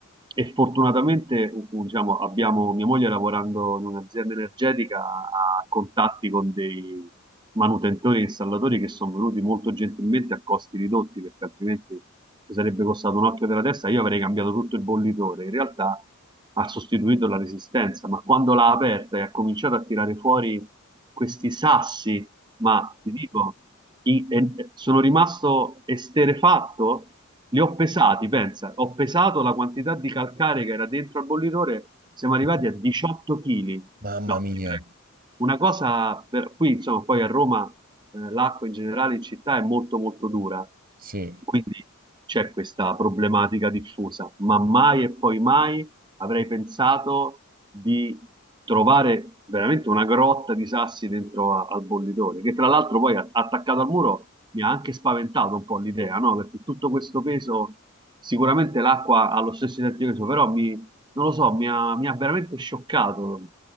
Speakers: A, on the right; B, on the right.
A: E fortunatamente, u- u- diciamo, abbiamo mia moglie lavorando in un'azienda energetica ha contatti con dei manutentori e installatori che sono venuti molto gentilmente a costi ridotti, perché altrimenti ci sarebbe costato un occhio della testa, io avrei cambiato tutto il bollitore. In realtà ha sostituito la Resistenza, ma quando l'ha aperta e ha cominciato a tirare fuori questi sassi, ma ti dico, i- e- e- sono rimasto esterefatto, li ho pesati, pensa, ho pesato la quantità di calcare che era dentro al bollitore, siamo arrivati
B: E poi-
A: a 18 kg.
B: Mamma
A: No,
B: mia,
A: ti prego. Una cosa per qui, insomma, poi a Roma eh, l'acqua in generale in città è molto molto dura,
B: sì,
A: quindi c'è questa problematica diffusa, ma mai e poi mai avrei pensato di trovare veramente una grotta di sassi dentro a- al bollitore, che tra l'altro poi a- attaccato al muro mi ha anche spaventato un po' l'idea, no? Perché tutto questo peso, sicuramente l'acqua ha lo stesso identico peso, però mi, non lo so, mi ha, mi ha veramente scioccato.